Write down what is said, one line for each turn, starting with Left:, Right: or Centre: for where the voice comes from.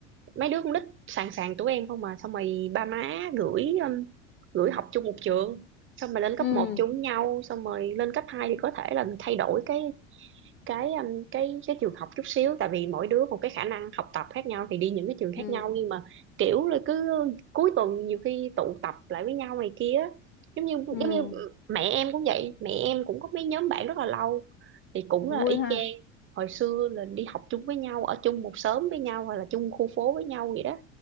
Right: mấy đứa con nít sàn sàn tụi em không mà xong rồi ba má gửi um, gửi học chung một trường xong rồi lên cấp
Left: Ừ,
Right: một chung với nhau xong rồi lên cấp 2 thì có thể là thay đổi cái cái um, cái cái trường học chút xíu tại vì mỗi đứa một cái khả năng học tập khác nhau thì đi những cái trường
Left: ừ,
Right: khác nhau nhưng mà kiểu là cứ cuối tuần nhiều khi tụ tập lại với nhau này kia á. giống như
Left: ừ,
Right: giống như mẹ em cũng vậy mẹ em cũng có mấy nhóm bạn rất là lâu thì cũng
Left: vui
Right: là y
Left: ha.
Right: chang hồi xưa là đi học chung với nhau ở chung một xóm với nhau hoặc là chung khu phố với nhau vậy đó